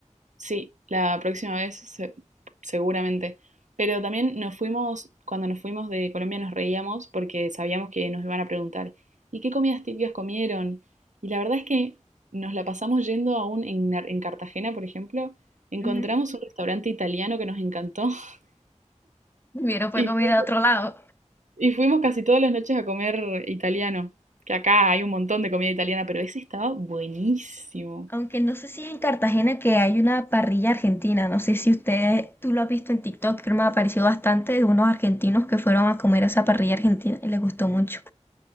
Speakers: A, on the right; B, on the left.
A: Sí, la próxima vez se- seguramente. Pero también nos fuimos, cuando nos fuimos de Colombia nos reíamos porque sabíamos que nos iban a preguntar, ¿y qué comidas típicas comieron? Y la verdad es que nos la pasamos yendo aún en, Nar- en Cartagena, por ejemplo, encontramos
B: Ujú.
A: un restaurante italiano que nos encantó <laughs>
B: Hubiera fue
A: y,
B: comida
A: fu-
B: de otro lado.
A: y fuimos casi todas las noches a comer italiano, que acá hay un montón de comida italiana, pero ese estaba buenísimo.
B: Aunque no sé si es en Cartagena que hay una parrilla argentina, no sé si usted, tú lo has visto en TikTok, creo que me ha aparecido bastante de unos argentinos que fueron a comer a esa parrilla argentina y les gustó mucho.